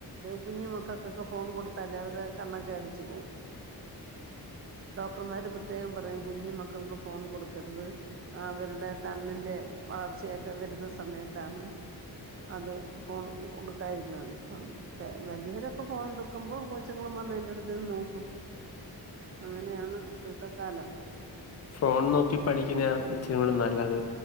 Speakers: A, on the right; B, on the left.
A: കുഞ്ഞുമക്കക്കൊക്കെ ഫോൺ കൊടുത്താലേ അവരെ കണ്ണൊക്കെ അടിച്ചു പോകും ഡോക്ടർമാര് പ്രത്യേകം പറയും കുഞ്ഞു മക്കൾക്ക് ഫോൺ കൊടുക്കരുത് അവരുടെ കണ്ണിന്റെ വളർച്ചയൊക്കെ വരുന്ന സമയത്താണ് അത് ഫോൺ കൊടുക്കായിരിക്കുന്നത് അപ്പം വല്യവരൊക്കെ ഫോൺ എടു കുമ്പൊ കൊച്ചുങ്ങളും വന്ന അതിന്റെ അടുത്ത്ന്ന് നോക്കും അങ്ങനെയാണ് ഇപ്പോഴത്തെ കാലം
B: ഫോൺ നോക്കി പഠിക്കുന്ന ഇച്ചരും കൂടി നല്ലത്